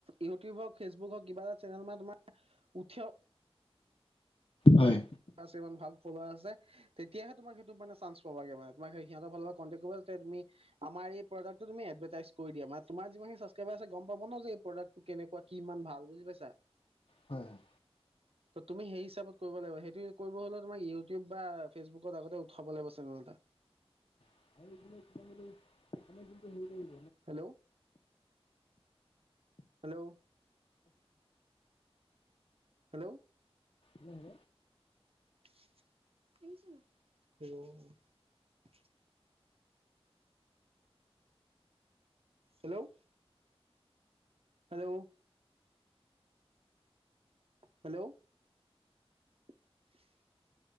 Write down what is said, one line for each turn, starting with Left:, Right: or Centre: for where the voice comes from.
Right: ইউটিউব হওক ফেচবুক হওক কিবা এটা চেনেল মানে তোমাৰ উঠে অ
Left: হয়।
Right: আছে ইমান ভাল ফলোৱাৰ আছে তেতিয়াহে তোমাক সেইটো মানে চান্স পাবাগে মানে তোমাক সিহঁতৰ ফালৰপৰা কনটেক্ট কৰিব। তেতিয়া তুমি আমাৰ এই প্ৰদাক্ট টো তুমি এদভেটাইছ কৰি দিয়া, মানে তোমাৰ যিমান খিনি চাবস্ক্ৰাইবাৰ আছে গম পাব ন যে এই প্ৰদাক্টটো কিনি কেনেকুৱা কি ইমান ভাল বুজি পাইছা।
Left: হয় হয়।
Right: ত তুমি সেই হিচাপত কৰিব লাগিব সেই কৰিব হলে তোমাৰ ইউটিউব বা ফেচবুকত আগতে উঠাব লাগিব চেনেল এটা।
Left: <unintelligible>
Right: Hello hello. হেল্ল'।
Left: হেল্ল।
Right: অ। হেল্ল'। হেল্ল'। হেল্ল'। <inaudible>